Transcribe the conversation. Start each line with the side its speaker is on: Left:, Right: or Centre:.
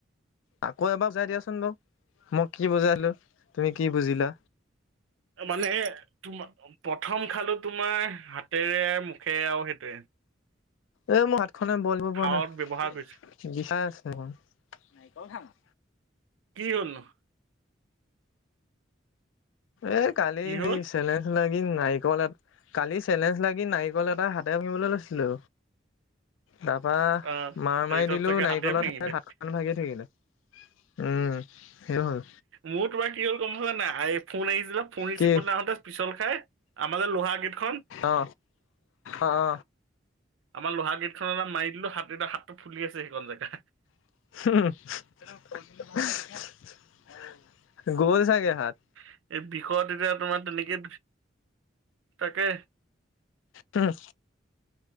Left: আকৌ এবাৰ বুজাই দিয়াচোন বাৰু, মই কি বুজালো, তুমি কি বুজিলা।
Right: মানে তোমাৰ, প্ৰথম খালো তোমাৰ হাতেৰে, মুখে আৰু সেইটোৱে।
Left: এ মোৰ হাত খনে বল দিব
Right: খাৱত
Left: পৰা নাই,
Right: ব্যৱহাৰ কৰিছো
Left: বিষাই আছে। <inaudible> নাৰিকল ভাঙ?
Right: কি হ'লনো?
Left: এ কালি
Right: কি
Left: হেৰি,
Right: হ'ল
Left: চেলেঞ্জ লাগ নাৰিকল এট, কালি চেলেঞ্জ লাগি নাৰিকল এটা হাতে ভঙিবলৈ লৈছিলো। তাৰাপৰা,
Right: আহ
Left: মাৰ
Right: তাৰপিছত
Left: মাৰি দিলোঁ,
Right: চাগে
Left: নাৰিকলৰ
Right: হাতে ভাঙিলে
Left: ঠাইত হাতখন ভাগি থাকিলে। উম। সেইটো হ'ল
Right: মোৰ তোমাৰ কি হ'ল গম পাইছা নাই, ফোন আহিছিল যে ফোন ৰিচিভ
Left: কি
Right: কৰিবলৈ আহোঁতে পিছল খাই, আমাৰ যে লোহাৰ গে'টখন
Left: অ অ অ
Right: আমাৰ লোহাৰ গে'টখনৰ তাত মাৰি দিলোঁ, হাত এটা, এতিয়া হাতটো ফুলি আছে সেইকন জেগা।
Left: <inaudible> গ'ল চাগে হাত।
Right: এই বিষত এতিয়া তোমাৰ তেনেকে, তাকে।
Left: উম